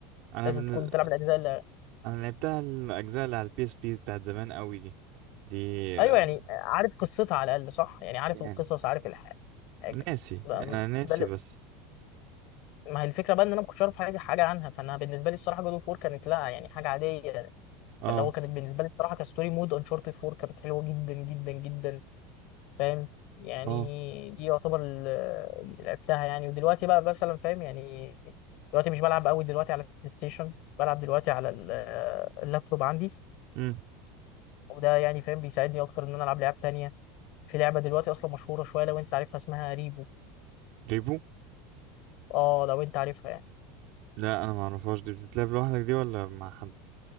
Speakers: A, on the right; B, on the left.
A: انا
B: لازم
A: من...
B: تكون بتلعب الاجزاء اللي...
A: انا لعبتها الاجزاء اللي على البي اس بي بتاعت زمان قوي دي دي
B: ايوه
A: آه،
B: يعني عارف قصتها على الاقل صح يعني عارف
A: يعني
B: القصص عارف الحاجه بقى-
A: ناسي انا ناسي
B: ده اللي...
A: بس
B: ما هي الفكره بقى ان انا ما كنتش اعرف حاجه حاجه عنها فانا بالنسبه لي الصراحه جود اوف وور كانت لا يعني حاجه عاديه
A: اه
B: فاللي هو كانت بالنسبه لي الصراحه كستوري مود انشارتد 4 كانت حلوه جدا جدا جدا فاهم يعني
A: اه
B: دي يعتبر ال- اللي لعبتها يعني ودلوقتي بقى مثلا فاهم يعني دلوقتي مش بلعب قوي دلوقتي على البلاي ستيشن بلعب دلوقتي على ال- اللابتوب عندي
A: امم
B: وده يعني فاهم بيساعدني اكتر ان انا العب لعب تانية في لعبه دلوقتي اصلا مشهوره شويه لو انت عارفها اسمها ريبو
A: ريبو
B: اه لو انت عارفها يعني
A: لا انا ما اعرفهاش دي بتتلعب لوحدك دي ولا مع حد